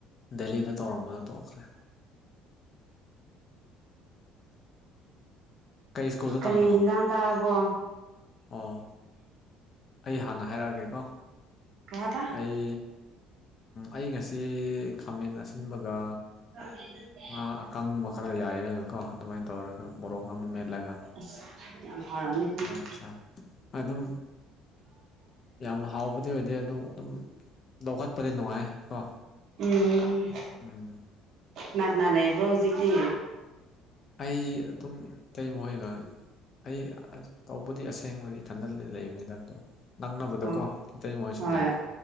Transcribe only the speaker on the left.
ꯗꯦꯂꯤꯗ ꯇꯧꯔꯝꯕꯗꯣ ꯇꯣꯛꯈ꯭ꯔꯦ ꯀꯩ ꯁ꯭ꯀꯨꯜꯗ
ꯇꯝꯕꯅꯣ
ꯑꯣ ꯑꯩ ꯍꯥꯟꯅ ꯍꯥꯏꯔꯛꯑꯒꯦ ꯍꯥꯢꯔꯒꯦꯀꯣ
ꯑꯩ ꯑꯩ ꯉꯁꯤ ꯈꯥꯃꯦꯟ ꯑꯁꯤꯟꯕꯒ
ꯉꯥ
ꯑꯀꯪꯕ ꯈꯔ ꯌꯥꯏꯔꯒꯀꯣ ꯑꯗꯨꯃꯥꯏꯅ ꯇꯧꯔꯒ ꯃꯕꯣꯔꯣꯛ ꯑꯃ ꯃꯦꯠꯂꯒ
ꯑꯗꯨꯃꯥꯏꯅ ꯆꯥꯔꯦ ꯑꯗꯨꯝ ꯌꯥꯝ ꯍꯥꯎꯕꯗꯤ ꯑꯣꯏꯗꯦ ꯑꯗꯣ ꯑꯗꯨꯝ ꯂꯧꯈꯠꯄꯗꯤ ꯅꯨꯡꯉꯥꯏ ꯀꯣ
ꯎꯝ
ꯑꯩ ꯑꯗꯨꯝ ꯏꯇꯩ ꯃꯈꯣꯏꯒ ꯑꯩ ꯑꯁ ꯇꯧꯕꯗꯤ ꯑꯁꯦꯡꯕꯗꯤ ꯏꯊꯟꯗ ꯂꯩꯕꯅꯤꯗ ꯑꯗꯣ ꯅꯛꯅꯕꯗꯀꯣ
ꯏꯇꯩꯃ ꯈꯣꯏꯁꯨ
ꯂꯩꯌꯦ